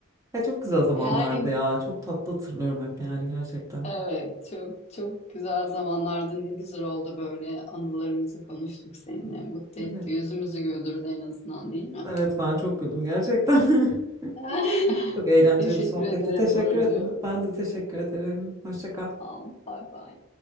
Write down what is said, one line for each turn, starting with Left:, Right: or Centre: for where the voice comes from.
Right: Ya çok güzel zamanlardı
Left: Yani
Right: ya. Çok tatlı hatırlıyorum hep yani gerçekten.
Left: evet çok çok güzel zamanlardı. Ne güzel oldu böyle anılarımızı konuştuk seninle.
Right: Hı,
Left: Mutlu
Right: Evet.
Left: etti. Yüzümüzü güldürdü en azından değil mi?
Right: Evet ben çok güldüm gerçekten. <laughs>
Left: <laughs>
Right: Çok eğlenceli
Left: Teşekkür
Right: bir sohbetti.
Left: ederim
Right: Teşekkür
Left: Burcu.
Right: ederim. Ben de teşekkür ederim. Hoşça kal.
Left: Al, bye bye.